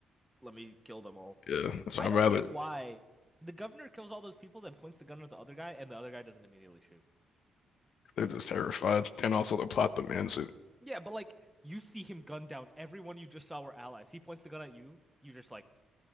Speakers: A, in the centre; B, on the left (about 70°).
A: let me kill them all.
B: Yeah, so
A: I
B: I'd
A: don't
B: rather
A: get why the governor kills all those people, then points the gun at the other guy, and the other guy doesn't immediately shoot.
B: they're just terrified, and also the plot demands it.
A: Yeah, but like you see him gun down everyone you just saw were allies. He points the gun at you, you just like,